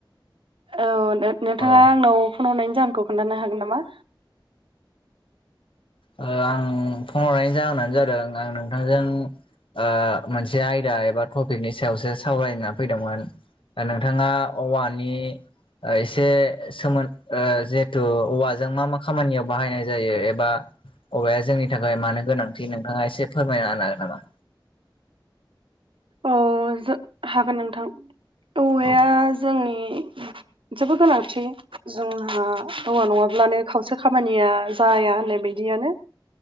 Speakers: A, on the right; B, on the left.
A: औ नोंथाङा
B: अ ओ
A: आंनाव फन हरनायनि जाहोनखौ खोन्थानो हागोन नामा?
B: ओ आं फन हरनायनि जाहोनानो जादों आं नोंथांजों ओ मोनसे आयदा एबा टपिकनि सायावसो सावरायनो होनना फैदोंमोन। दा नोंथाङा औवानि ओ एसे सोमोन ओ जिहेथु औवाजों मा मा खामानियाव बाहायनाय जायो ए एबा औवाया जोंनि थाखाय मानो गोनांथि नोंथाङा एसे फोरमायना होनो हागोन नामा?
A: औ जो हागोन नोंथां औवाया
B: औ
A: जोंनि जोबोर गोनांथि जोंहा औवा नङाब्लानो खावसे खामानिया जाया होननाय बायदियानो।